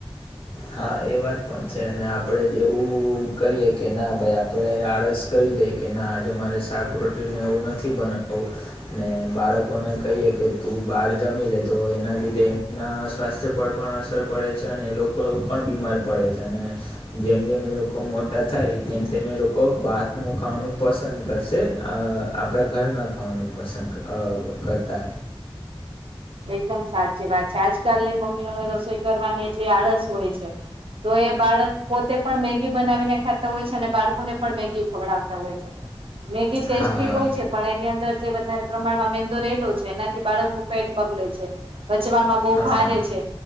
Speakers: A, on the left (about 65°); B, on the right (about 65°).
A: હા એ વાત પણ છે અને આપડે જેવું કરીએ કે ના ભાઈ આપડે આળસ કરી દે કે ના આજે મારે શાક રોટલીને એવું નથી બનાવવું ને બાળકોને કહીએ કે તું બહાર જમી લે તો એના લીધે એમના સ્વાસ્થ્ય પર પણ અસર પડે છે અને એ લોકો પણ બીમાર પડે છે અને જેમ જેમ એ લોકો મોટા થાય તેમ તેમ એ લોકો બાર નું ખાવાનું પસંદ કરશે અહ આપડા ઘર ના ખાવાનું પસંદ અહ કરતા.
B: એકદમ સાચી વાત છે આજકાલની મમ્મીઓને રસોઈ કરવાની એટલી આળસ હોય છે તો એ બાળક પોતે પણ મેગી બનાવીને ખાતા હોય છે અને બાળકોને પણ મેગી ખવડાવતા હોય છે. મેગી ટેસ્ટી
A: હા
B: બહુ છે પણ એની અંદર જે વધારે પ્રમાણમાં મેંદો રહેલો છે એનાથી બાળક નું પેટ બગડે છે પચવામાં બહુ
A: હા
B: ભારે છે.